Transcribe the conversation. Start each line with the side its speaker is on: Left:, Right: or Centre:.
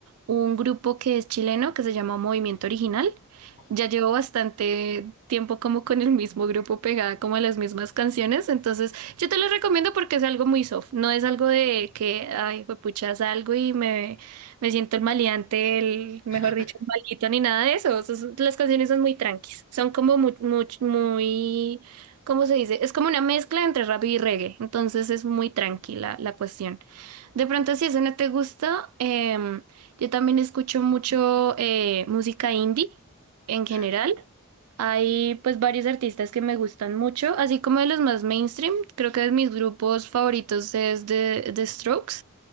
Right: un grupo que es chileno que se llama Movimiento Original.
Left: Oh,
Right: Ya llevo bastante tiempo como con el mismo grupo pegada como a las mismas canciones, entonces yo te lo recomiendo porque es algo muy soft, no es algo de que, ay, pucha, salgo y me, me siento el maleante, el, mejor
Left: <laughs>
Right: dicho, el maldito, ni nada de eso. Eso es- las canciones son muy tranquis, son como muy, muy, muy ¿Cómo se dice? Es como una mezcla entre rap y reggae, entonces es muy tranquila la cuestión. De pronto, si eso no te gusta, em, yo también escucho mucho eh, música indie en
Left: Ya.
Right: general. Hay pues varios artistas que me gustan mucho, así como de los más mainstream. Creo que de mis grupos favoritos es The, The Strokes.